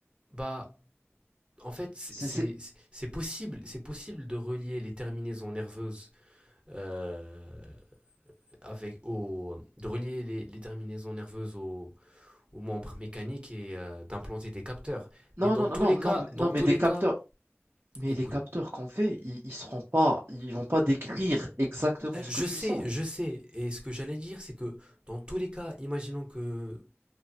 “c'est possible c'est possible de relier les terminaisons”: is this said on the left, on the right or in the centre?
Right